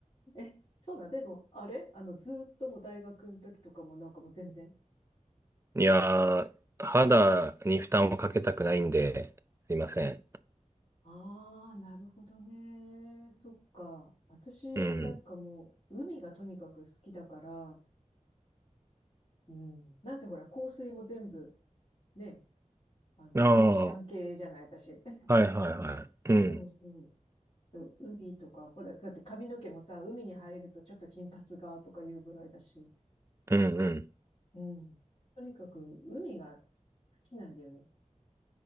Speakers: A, on the left; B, on the right.
A: え、そうだ。でも、あれあの、ずーっともう大学の時とかもなんかもう全然。
B: いやー、肌に負担をかけたくないんで、すいません。
A: ああ、なるほどね。そっか。私、
B: うん。
A: なんかもう、海がとにかく好きだから、うん。なんせほら、香水も全部、ね、あの、
B: ああ。
A: オーシャン系じゃない、私。<laughs>
B: はいはいはい。うん。
A: そうそう。そう海とか、ほら、だって髪の毛もさ、海に入るとちょっと金髪がとかいうぐらいだし、
B: うんうん。
A: うん。とにかく海が好きなんだよね。